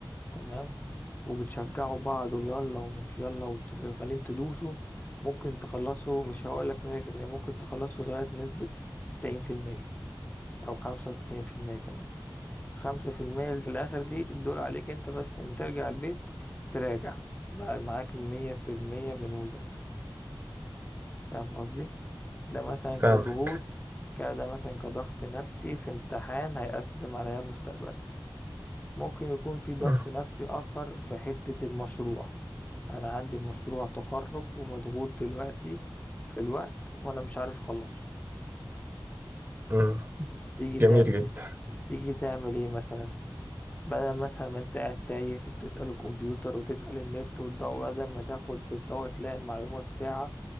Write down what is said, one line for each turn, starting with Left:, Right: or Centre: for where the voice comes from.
Left: تمام وبتشجعوا بعض ويلا ومش يلا وشغالين تدوسوا ممكن تخلصوا مش هقولك مية في المية ممكن تخلصوا لغاية نسبة تسعين في المية أو خمسة وتسعين في المية كمان خمسة في المية اللي في الآخر دي الدول عليك انت بس لما ترجع البيت تراجع بقى معاك مية في المية من المذاكرة فاهم قصدي؟ ده مثلا
Right: فاهمك
Left: كضغوط كده مثلا كضغط نفسي في امتحان هيقدم عليا مستقبل ممكن يكون في ضغط
Right: مم.
Left: نفسي آخر في حتة المشروع أنا عندي مشروع تخرج ومضغوط دلوقتي في الوقت وأنا مش عارف أخلصه
Right: مم.
Left: تيجي تعمل
Right: جميل جدا
Left: تيجي تعمل إيه مثلا بدل مثلا ما أنت قاعد تايه وبتسأل الكمبيوتر وتسأل النت والضوء بدل ما تاخد الضوء تلاقي المعلومة في ساعة